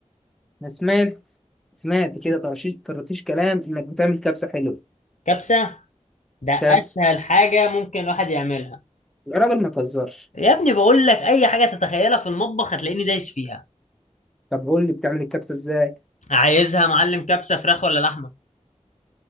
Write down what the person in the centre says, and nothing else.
انا سمعت سمعت كده طرطيش طرطيش كلام انك بتعمل كبسه حلوه
كبسه
يا راجل ما تهزرش
طب قول لي بتعمل الكبسه ازاي